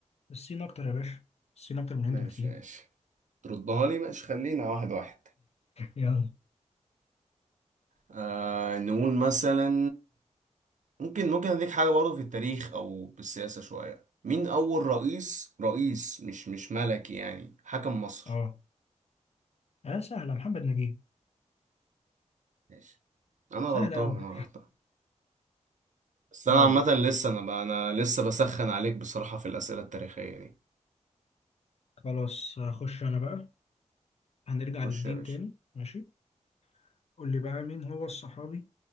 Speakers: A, on the left; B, on the right.
A: الصين اكتر يا باشا الصين اكتر من الهند
B: ماشي
A: بكتير
B: ماشي تردها لي ماشي خلينا واحد واحد
A: يلا
B: آه نقول مثلا ممكن ممكن اديك حاجة برضه في التاريخ او بالسياسة شوية مين اول رئيس رئيس مش مش ملكي يعني حكم مصر
A: اه اه سهلة محمد نجيب
B: ماشي انا
A: سهلة
B: غلطان
A: اوي
B: انا غلطان بس
A: طيب
B: انا عامة لسه انا بقى انا لسه بسخن عليك بصراحة في الأسئلة التاريخية دي
A: خلاص هخش انا بقى هنرجع
B: خش
A: للدين
B: يا باشا
A: تاني ماشي قول لي بقى مين هو الصحابي